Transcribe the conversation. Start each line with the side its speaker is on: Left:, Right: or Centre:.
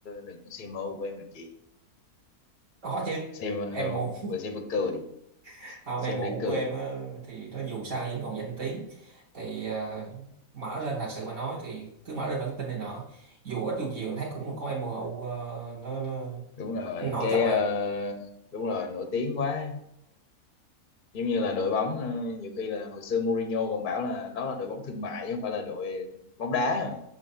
Left: đừng có xem MU của em làm gì
Right: có chứ
Left: xem
Right: em
Left: ờ,
Right: mụ
Left: vừa xem vừa cười
Right: <laughs> không
Left: xem
Right: em mụ
Left: để cười
Right: của em á, thì nó dù sao vẫn còn danh tiếng thì à, mở lên thật sự mà nói thì cứ mở lên bản tin này nọ dù ít dù nhiều thấy cũng có em mụ ờ, nó nó
Left: đúng rồi
Right: nổi
Left: cái
Right: trội
Left: ờ,
Right: à
Left: đúng rồi nổi tiếng quá giống như là đội bóng ờ, nhiều khi là hồi xưa Mourinho còn bảo là đó là đội bóng thương mại chứ không phải là đội bóng đá